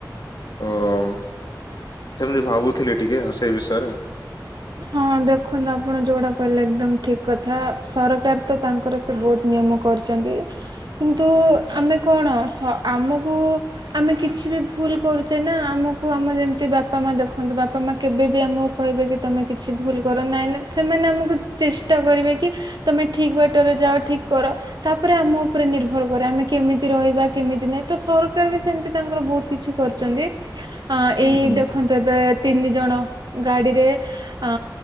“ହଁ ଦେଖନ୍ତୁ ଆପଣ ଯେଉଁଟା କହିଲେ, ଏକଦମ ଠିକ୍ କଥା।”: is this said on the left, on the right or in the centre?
Right